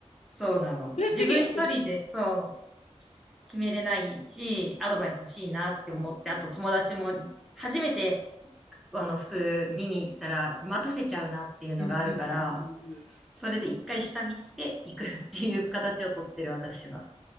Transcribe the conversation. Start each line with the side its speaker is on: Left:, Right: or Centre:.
Centre: そうなの。
Left: それ次は
Centre: 自分一人で、そう、決めれないし、アドバイス欲しいなって思って、あと友達も初めてあの服見に行ったら待たせちゃうなっていうのがあるから、
Left: う。うんうんうんうんうん。
Centre: それで一回下見していくっていう形をとってる私は。